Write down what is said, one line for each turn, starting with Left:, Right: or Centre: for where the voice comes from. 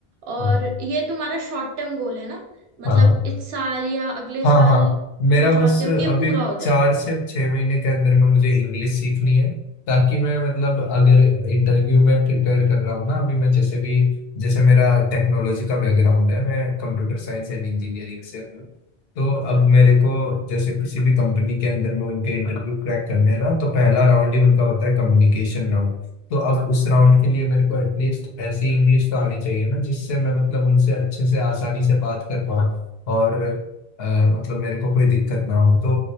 Right: और
Left: हाँ
Right: ये तुम्हारा शॉर्ट टर्म गोल है ना मतलब
Left: हाँ
Right: इस साल या अगले
Left: हाँ
Right: साल
Left: हाँ मेरा
Right: तुम चाहते
Left: बस
Right: हो कि ये
Left: अभी
Right: पूरा हो
Left: चार
Right: जाए
Left: से छह महीने के अंदर में मुझे इंग्लिश सीखनी है ताकि मैं मतलब अगर इंटरव्यू में प्रिपेयर कर रहा हूँ ना अभी मैं जैसे भी जैसे मेरा टेक्नोलॉजी का बैकग्राउंड है मैं कंप्यूटर साइंस एंड इंजीनियरिंग से हूँ तो अब मेरे को जैसे किसी भी कंपनी के अंदर में उनके इंटरव्यू क्रैक करने हैं ना तो पहला राउंड ही उनका होता है कम्युनिकेशन राउंड तो अब उस राउंड के लिए मेरे को एटलीस्ट ऐसी इंग्लिश तो आनी चाहिए ना जिससे मैं मतलब उनसे अच्छे से आसानी से बात कर पाऊँ और अ, मतलब मेरे को कोई दिक्कत ना हो तो